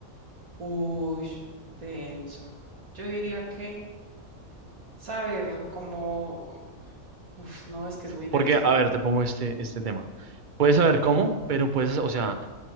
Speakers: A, on the right (about 85°); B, on the right (about 50°).
A: Uy, denso. Yo diría que saber cómo... Uf, no, es que es muy denso.
B: Porque, a ver, te pongo este, este tema. Puedes saber cómo, pero puedes, o sea,